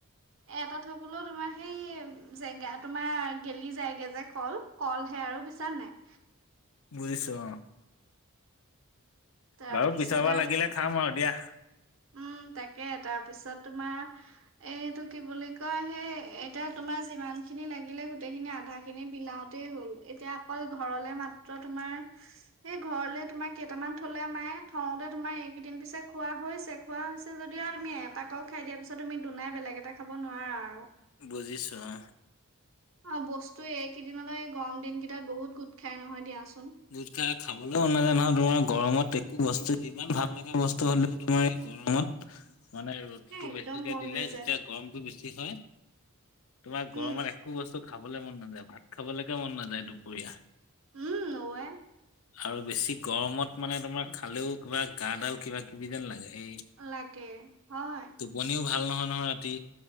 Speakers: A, on the right (about 65°); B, on the left (about 70°).
A: এটা থবলৈও তোমাৰ সেই জেগা তোমাৰ গেলি যায়গে যে কল। কলহে আৰু বুজিছা নাই?
B: বুজিছো অ,
A: তাৰপিছতে
B: বাৰু পিছৰ বাৰ লাগিলে খাম আৰু দিয়া।
A: উম তাকে তাৰপিছত তোমাৰ এইটো কি বুলি কয় সেই এতিয়া তোমাৰ যিমান খিনি লাগিলে গোটেইখিনি আধা খিনি বিলও তে গল, এতিয়া অকল ঘৰলে মাত্ৰ তোমাৰ সেই ঘৰলে তোমাৰ কেইটামান থলে মায়ে থওতে তোমাৰ এইকেইদিন পিছে খোৱা হৈছে। খোৱা হৈছে যদি আৰু তুমি এটা কল খাই দিয়া পিছত তুমি দুনাই বেলেগ এটা খাব নোৱাৰা আৰু।
B: বুজিছোঁ আ।
A: আৰু বস্তু এইকেইদিনলৈ গৰম দিন কেইটাত বহুত গোট খাই নহয় দিয়াচোন।
B: দুধ খাই খাবলৈও মন নাজাই নহয় তোমাৰ গৰমত একো বস্তু যিমান ভাল এনেকুৱা বস্তু হ'লেও তোমাৰ এই গৰমত মানে ৰ'দতটো
A: একদম
B: বেছিকে
A: মন
B: দিলে
A: নাযায়
B: যেতিয়া গৰমটো বেছি হয়। তোমাৰ
A: উম
B: গৰমত একো বস্তু খাবলে মন নাযায়, ভাত খাবলৈকে মন নাযায় দুপৰীয়া।
A: উম নোৱায়ে।
B: আৰু বেছি গৰমত মানে তোমাৰ খালেও কিবা গাডাল কিবা কিবি যেন লাগে, এই
A: লাগে হয়।
B: টোপনিও ভাল নহয়, নহয় ৰাতি।